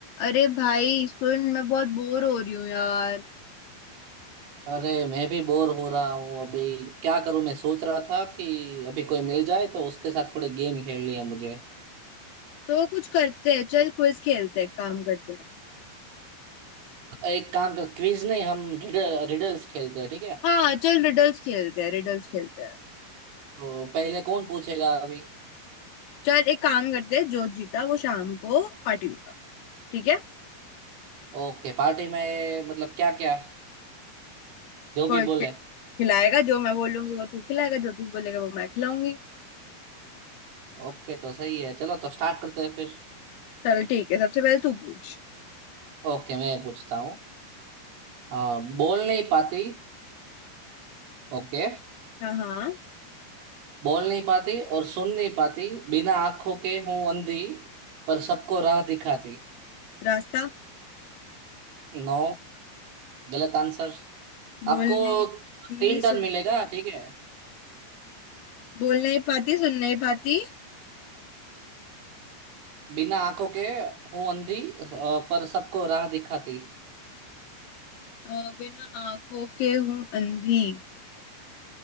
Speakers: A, on the left; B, on the right.
A: अरे भाई सुन मैं बहुत बोर हो रही हूँ यार
B: अरे मैं भी बोर हो रहा हूँ अभी क्या करूँ मैं सोच रहा था कि अभी कोई मिल जाए तो उसके साथ थोड़े गेम खेल लिया मुझे
A: तो कुछ करते हैं चल क्विज खेलते हैं काम करते हैं
B: एक काम कर क्विज नहीं हम रिडल रिडल्स खेलते हैं ठीक है
A: हाँ चल रिडल्स खेलते हैं रिडल्स खेलते हैं
B: तो पहले कौन पूछेगा अभी
A: चल एक काम करते हैं जो जीता वो शाम को पार्टी देगा ठीक है
B: ओके पार्टी में मतलब क्या क्या जो
A: कोई
B: भी बोले
A: खि- खिलाएगा जो मैं बोलूंगी वो तू खिलाएगा जो तू बोलेगा वो मैं खिलाऊंगी
B: ओके तो सही है चलो तो स्टार्ट करते हैं फिर
A: चल ठीक है सबसे पहले तू पूछ
B: ओके मैं पूछता हूँ हाँ बोल नहीं पाती ओके
A: हाँ हाँ
B: बोल नहीं पाती और सुन नहीं पाती बिना आंखों के हूँ अंधी पर सबको राह दिखाती
A: रास्ता
B: नो गलत आंसर
A: बोल
B: आपको
A: नहीं पाती
B: तीन टर्न
A: सुन
B: मिलेगा ठीक है
A: बोल नहीं पाती सुन नहीं पाती
B: बिना आंखों के हूँ अंधी अ, पर सबको राह दिखाती
A: अ, बिना आंखों के हूँ अंधी